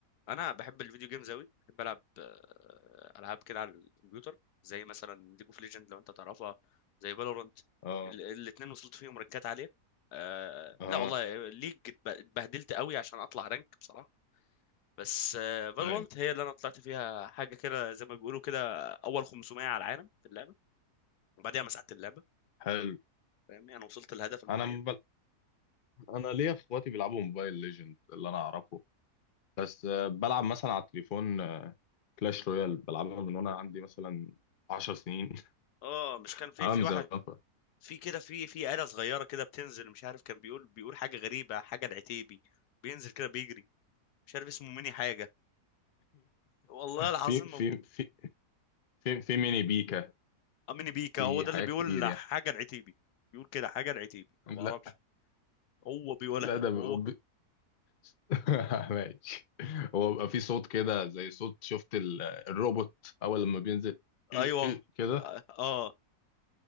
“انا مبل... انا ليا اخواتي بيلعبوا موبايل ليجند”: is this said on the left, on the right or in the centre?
Left